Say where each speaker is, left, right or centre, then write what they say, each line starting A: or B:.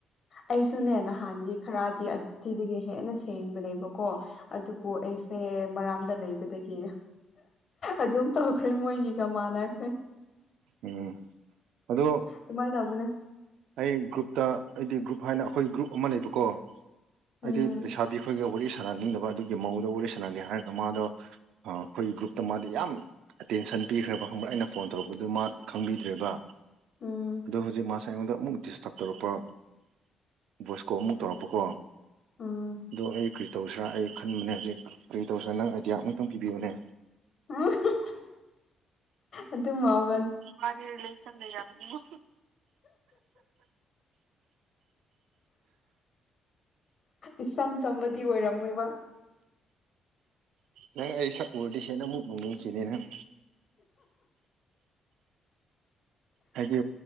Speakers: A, on the left; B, on the right.
A: ꯑꯩꯁꯨꯅꯦ ꯅꯍꯥꯟꯗꯤ ꯈꯔꯗꯤ ꯑꯁꯤꯗꯒꯤ ꯍꯦꯟꯅ ꯁꯦꯡꯕꯅꯦꯕꯀꯣ ꯑꯗꯨꯕꯨ ꯑꯩ ꯑꯩꯁꯦ ꯃꯔꯥꯝꯗ ꯂꯩꯕꯗꯒꯤ ꯑꯗꯨꯝ ꯇꯧꯈ꯭ꯔꯦ ꯃꯣꯏꯅꯤꯒ ꯃꯥꯟꯅꯈ꯭ꯔꯦ
B: ꯎꯝ ꯑꯗꯣ
A: ꯗꯨꯃꯥꯏ ꯇꯧꯕꯅꯦ
B: ꯑꯩ ꯒ꯭ꯔꯨꯞꯇ ꯑꯩꯗꯤ ꯒ꯭ꯔꯨꯞ ꯍꯥꯏꯅ ꯑꯩꯈꯣꯏ ꯒ꯭ꯔꯨꯞ ꯑꯃ ꯂꯩꯕꯀꯣ ꯍꯥꯏꯗꯤ
A: ꯎꯝ
B: ꯂꯩꯁꯥꯕꯤ ꯈꯣꯏꯒ ꯋꯥꯔꯤ ꯁꯥꯟꯅꯅꯤꯡꯗꯕ ꯑꯗꯨꯒꯤ ꯃꯧꯗ ꯋꯥꯔꯤ ꯁꯥꯟꯅꯒꯦ ꯍꯥꯏꯔꯒ ꯃꯥꯗꯣ ꯑꯩꯈꯣꯏꯒꯤ ꯒ꯭ꯔꯨꯞꯇ ꯃꯥꯗꯤ ꯌꯥꯝ ꯑꯦꯇꯦꯟꯁꯟ ꯄꯤꯈ꯭ꯔꯦꯕ ꯈꯪꯕ꯭ꯔꯥ ꯑꯩꯅ ꯐꯣꯟ ꯇꯧꯔꯛꯄꯗꯨ ꯃꯥ ꯈꯪꯕꯤꯗ꯭ꯔꯦꯕ
A: ꯎꯝ
B: ꯑꯗꯣ ꯍꯧꯖꯤꯛ ꯃꯥ ꯑꯩꯉꯣꯟꯗ ꯑꯃꯨꯛ ꯗꯤꯁꯇ꯭ꯔꯕ ꯇꯧꯔꯛꯄ ꯚꯣꯏꯁ ꯀꯣꯜ ꯑꯃꯨꯛ ꯇꯧꯔꯛꯄꯀꯣ
A: ꯎꯝ
B: ꯑꯗꯣ ꯑꯩ ꯀꯔꯤ ꯇꯧꯁꯤꯔꯥ ꯑꯩ ꯈꯟꯕꯅꯦ ꯍꯧꯖꯤꯛ ꯀꯔꯤ ꯇꯧꯁꯤꯔꯥ ꯅꯪ ꯑꯥꯏꯗꯤꯌꯥ ꯑꯃꯨꯛꯇꯪ ꯄꯤꯕꯤꯌꯨꯅꯦ
A: <unintelligible> ꯑꯗꯨ ꯃꯥꯎ
B: ꯃꯥꯗꯤ ꯔꯤꯂꯦꯁꯟ ꯂꯩꯔꯝꯅꯤꯉꯣ
A: ꯏꯆꯝ ꯆꯝꯕꯗꯤ ꯑꯣꯏꯔꯝꯃꯣꯏꯕ
B: ꯅꯪ ꯑꯩ ꯁꯛ ꯎꯔꯗꯤ ꯍꯦꯟꯅꯃꯨꯛ ꯅꯨꯡꯁꯤꯅꯤ ꯅꯪ ꯑꯩꯗꯤ